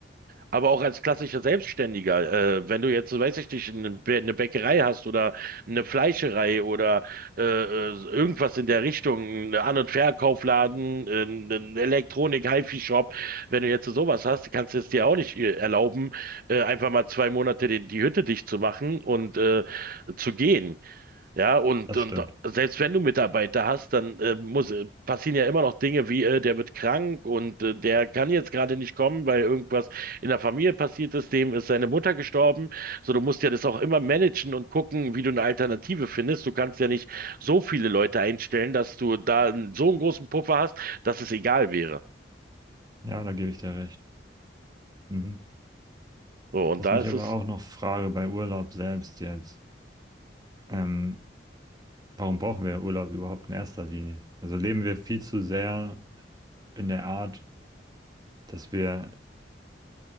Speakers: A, on the right; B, on the right.
A: aber auch als klassischer Selbstständiger. Äh, wenn du jetzt, weiß ich nicht, eine, Bä- eine Bäckerei hast oder eine Fleischerei oder äh, äh, irgendwas in der Richtung, ein An- und Verkaufladen, äh, ein Elektronik, HiFi-Shop, wenn du jetzt sowas hast, kannst du es dir auch nicht äh, erlauben, äh, einfach mal zwei Monate die, die Hütte dicht zu machen und äh, zu gehen. Ja, und,
B: Das
A: und
B: stimmt.
A: selbst wenn du Mitarbeiter hast, dann äh, muss, äh, passieren ja immer noch Dinge wie, äh, der wird krank und äh, der kann jetzt gerade nicht kommen, weil irgendwas in der Familie passiert ist, dem ist seine Mutter gestorben. So, du musst ja das auch immer managen und gucken, wie du eine Alternative findest. Du kannst ja nicht so viele Leute einstellen, dass du da einen- so einen großen Puffer hast, dass es egal wäre.
B: Ja, da gebe ich dir recht. Mhm.
A: So, und
B: Was
A: da
B: mich
A: ist
B: aber
A: es,
B: auch noch frage bei Urlaub selbst jetzt. Ähm, Warum brauchen wir Urlaub überhaupt in erster Linie? Also leben wir viel zu sehr in der Art, dass wir